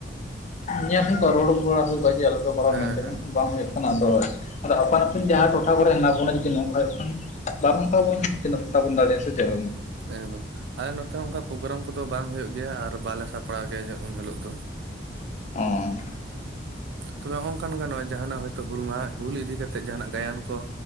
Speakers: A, on the left (about 40°); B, on the right (about 65°).
A: ᱧᱮᱞ ᱦᱩᱭ ᱠᱚᱜᱼᱟ ᱨᱚᱲ ᱵᱟᱲᱟ ᱦᱩᱭ ᱠᱚᱜᱼᱟ ᱡᱮ ᱟᱞᱚᱯᱮ ᱠᱚᱨᱟᱣᱟ
B: ᱦᱮᱸ
A: ᱢᱮᱱᱛᱮ
B: ᱦᱮᱸ
A: ᱢᱮᱱᱠᱷᱟᱱ ᱵᱟᱝ ᱦᱩᱭᱩᱜ ᱠᱟᱱᱟ ᱟᱫᱚᱼᱼ ᱟᱫᱚ ᱟᱯᱟᱱ-ᱟᱹᱯᱤᱱ ᱡᱟᱦᱟᱸ ᱴᱚᱴᱷᱟ ᱠᱚᱨᱮ ᱦᱮᱱᱟᱜ ᱵᱚᱱᱟ ᱡᱩᱫᱤ ᱱᱚᱝᱠᱟ ᱦᱩᱭᱩᱜ ᱠᱷᱟᱱ ᱵᱟᱨᱚᱱ ᱠᱚᱣᱟᱵᱚᱱ ᱛᱤᱱᱟᱹᱜ ᱠᱚᱴᱟᱵᱚᱱ ᱫᱟᱲᱮᱭᱟᱜᱼᱟ ᱥᱮ ᱪᱮᱫ
B: ᱮᱠᱫᱚᱢ ᱟᱞᱮ ᱱᱚᱛᱮ ᱦᱚᱸ ᱚᱱᱠᱟ ᱯᱨᱳᱜᱨᱟᱢ ᱠᱚᱫᱚ ᱵᱟᱝ ᱦᱩᱭᱩᱜ ᱜᱮᱭᱟ ᱟᱨ ᱵᱟᱞᱮ ᱥᱟᱯᱲᱟᱣ ᱜᱮᱭᱟ ᱩᱱ ᱦᱤᱞᱚᱜ ᱫᱚ
A: ᱦᱚᱸ
B: ᱛᱚᱵᱮ ᱦᱚ ᱱᱚᱝᱠᱟᱱ ᱜᱟᱱᱚᱜ-ᱟ ᱡᱟᱦᱟᱱᱟᱜ ᱦᱳᱭᱛᱳ ᱦᱩᱞ ᱢᱟᱦᱟ ᱦᱩᱞ ᱤᱫᱤ ᱠᱟᱛᱮ ᱛᱮᱫ ᱡᱟᱦᱟᱱᱟᱜ ᱜᱟᱭᱟᱱ ᱠᱚ